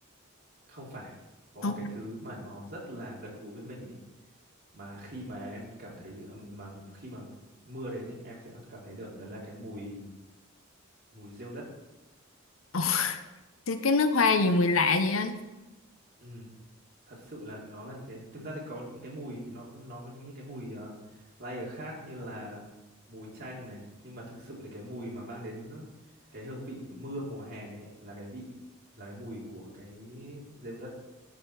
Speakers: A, on the right (about 45°); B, on the left (about 70°).
A: không phải có một
B: không
A: cái thứ mà nó rất là gần gũi với mình ấy mà khi mà em cảm thấy ừm, mà khi mà mưa đến ấy, em sẽ cảm thấy được đó là cái mùi mùi rêu đất
B: Ồ, thế cái nước hoa gì mùi lạ vậy anh
A: Ừm, thật sự là nó là như thế thực ra thì có những cái mùi nó nó có những, những cái mùi ờ, layer khác như là mùi chanh này nhưng mà thực sự thì cái mùi mà mang đến cái hương vị mưa mùa hè ấy, là cái vị là cái mùi của cái rêu đất